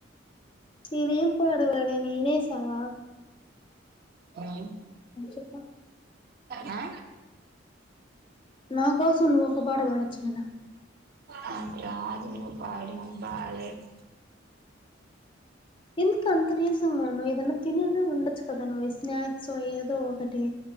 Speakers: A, on the left; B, on the right.
A: నేనేం పాట పాడనో వినిసవ
B: ఉమ్
A: చెప్పు
B: ఆ
A: నా కోసం నువ్వు ఒక పాట పాడచ్చు కదా
B: నాకు రాదు నువ్వు పాడు నాకు బాలేదు
A: ఎందుకు అంత నీరసంగా ఉన్నావు ఏదన్న తిన్నానా ఉండచ్చ కదా స్నాక్సో ఏదో ఒకటి